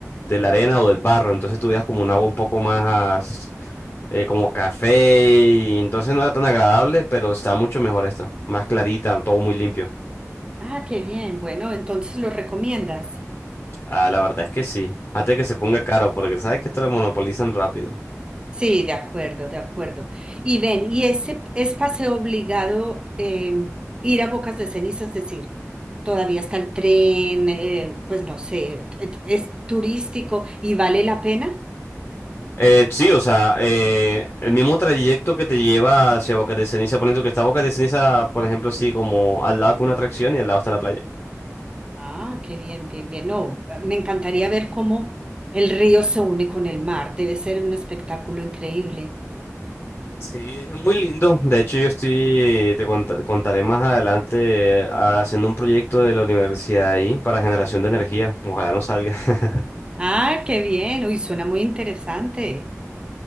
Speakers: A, on the left; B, on the right.
A: de la arena o del barro. Entonces tú veías como un agua un poco más eh, como café y entonces no era tan agradable, pero está mucho mejor esta. Más clarita, todo muy limpio.
B: Ah, qué bien. Bueno, entonces lo recomiendas.
A: Ah, la verdad es que sí. Hasta que se ponga caro, porque sabes que esto lo monopolizan rápido.
B: Sí, de acuerdo, de acuerdo. Y ven, y ese es paseo obligado eh, ir a Bocas de Ceniza, es decir, todavía está el tren, eh, pues no sé, es, es turístico y vale la pena.
A: Eh, sí, o sea, eh, el mismo trayecto que te lleva hacia Boca de Ceniza, poniendo que está Boca de Ceniza, por ejemplo, así como al lado con una atracción y al lado está la playa.
B: Ah, qué bien, bien, bien. No, me encantaría ver cómo el río se une con el mar. Debe ser un espectáculo increíble.
A: Sí, es muy lindo. De hecho, yo estoy, te cont- contaré más adelante, eh, haciendo un proyecto de la universidad ahí para generación de energía. Ojalá no salga <laughs>
B: Ah, qué bien. Uy, suena muy interesante.